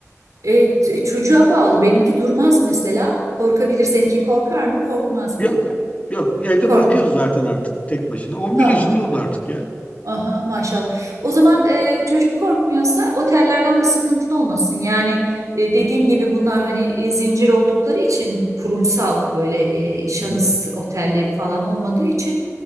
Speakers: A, on the right; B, on the left.
A: E, t- e, çocuğa bağlı. Benimki durmaz mesela. Korkabilir. Seninki korkar mı? Korkmaz
B: Yok.
A: mı?
B: Yok. Evde
A: Korkmuyor.
B: bırakıyoruz zaten artık tek başına. 11
A: Tamam.
B: yaşında oldu artık ya.
A: Aha maşallah. O zaman e, çocuk korkmuyorsa otellerden bir sıkıntın olmasın. Yani e, dediğim gibi bunlar hani e, zincir oldukları için kurumsal öyle e, şahıs
B: Hı hı.
A: otelleri falan olmadığı için